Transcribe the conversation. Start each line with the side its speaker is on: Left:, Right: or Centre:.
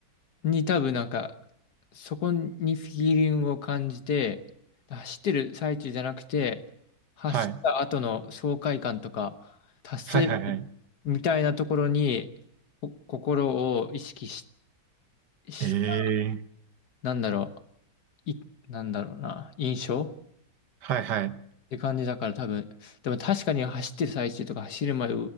Left: に多分なんか、そこにフィーリングを感じて、走ってる最中じゃなくて、走った後の爽快感とか、
Right: はい。
Left: 達成
Right: はいはいはい。
Left: みたいなところに、こ心を意識しし
Right: ええ
Left: なんだろう、い、なんだろうな、印象
Right: はいはい。
Left: って感じだから多分、でも確かに走ってる最中とか走る前